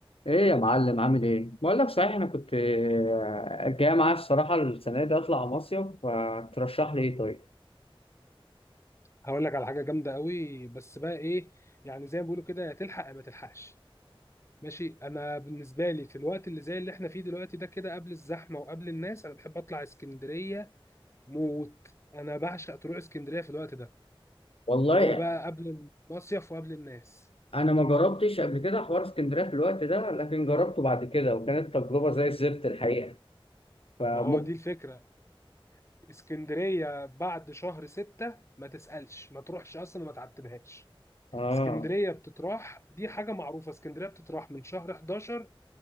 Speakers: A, on the left (about 80°); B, on the left (about 30°).
A: ايه يا معلم عامل ايه؟ بقول لك صحيح انا كنت آه، جاي معايا الصراحه السنه دي اطلع مصيف فترشح لي ايه طيب؟
B: هقول لك على حاجه جامده قوي بس بقى ايه يعني زي ما بيقولوا كده يا تلحق يا ما تلحقش ماشي انا بالنسبه لي في الوقت اللي زي اللي احنا فيه دلوقتي ده كده قبل الزحمه وقبل الناس انا بحب اطلع اسكندريه موت انا بعشق تروح اسكندريه في الوقت ده
A: والله
B: اللي هو بقى قبل المصيف وقبل الناس
A: انا ما جربتش قبل كده حوار اسكندريه في الوقت ده لكن جربته بعد كده وكانت تجربه زي الزفت الحقيقه فممكن
B: ما هو دي الفكره اسكندريه بعد شهر ستة ما تسالش ما تروحش اصلا ما تعتبهاش
A: اه
B: اسكندريه بتتراح دي حاجه معروفه اسكندريه بتتراح من شهر 11